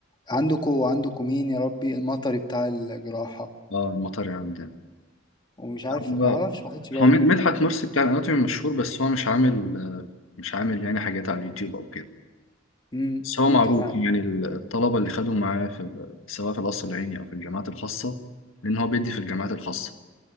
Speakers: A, on the left; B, on the left.
A: عندكم عندكم مين يا ربي المطري بتاع الجراحة
B: اه المطر عندنا
A: ومش عارف
B: هو
A: ما يعرفش ما خدش بالي
B: هو مد- مدحت مرسي بتاع الاناتومي مشهور بس هو مش عامل مش عامل يعني حاجات على اليوتيوب او كده
A: امم
B: بس
A: ممكن
B: هو معروف يعني الطلبه اللي خدوا معاه في سواء في القصر العيني او في الجامعات الخاصه لان هو بيدي في الجامعات الخاصه